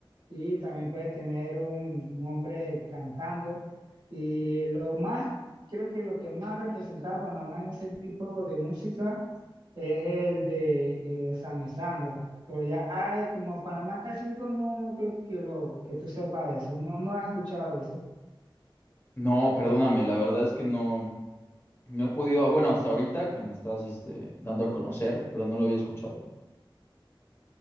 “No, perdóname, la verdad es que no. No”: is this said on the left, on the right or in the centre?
Left